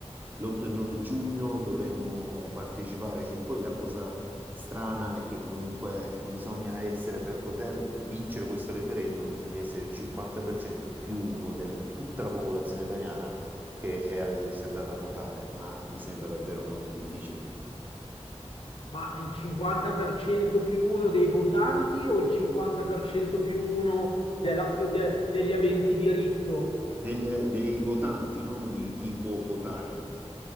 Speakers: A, on the right; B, on the left.
A: l'8 e 9 giugno dovremmo partecipare e poi la cosa strana è che comunque bisogna essere, per poter vincere questo referendum, bisogna essere il 50% più uno di tutta la popolazione italiana che è, si è andata a votare, ma mi sembra davvero molto difficile.
B: Ma il 50% più uno dei votanti o il 50% più uno della- de- degli aventi diritto?
A: Degli- dei votanti, no? Di chi può votare.